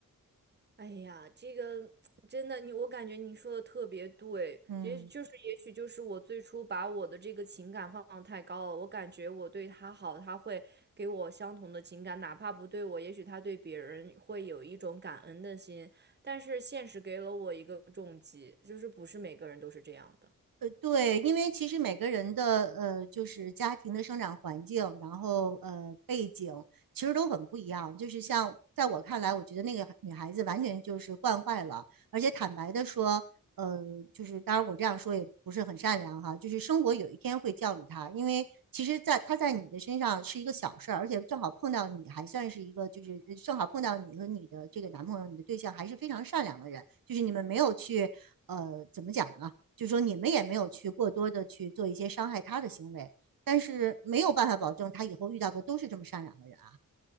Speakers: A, on the right; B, on the right.
A: 哎呀，这个真的，你我感觉你说的特别对，
B: 嗯。
A: 也就是也许就是我最初把我的这个情感放得太高了，我感觉我对他好，他会给我相同的情感，哪怕不对我，也许他对别人会有一种感恩的心，但是现实给了我一个重击，就是不是每个人都是这样的。
B: 呃，对，因为其实每个人的呃，就是家庭的生长环境，然后呃背景，其实都很不一样。就是像在我看来，我觉得那个女孩子完全就是惯坏了，而且坦白的说，呃，就是当然我这样说也不是很善良哈，就是生活有一天会教育她，因为其实在她在你的身上是一个小事儿，而且正好碰到你还算是一个就是呃正好碰到你和你的这个男朋友、你的对象还是非常善良的人，就是你们没有去呃怎么讲呢？就是说你们也没有去过多的去做一些伤害他的行为，但是没有办法保证他以后遇到的都是这么善良的人啊。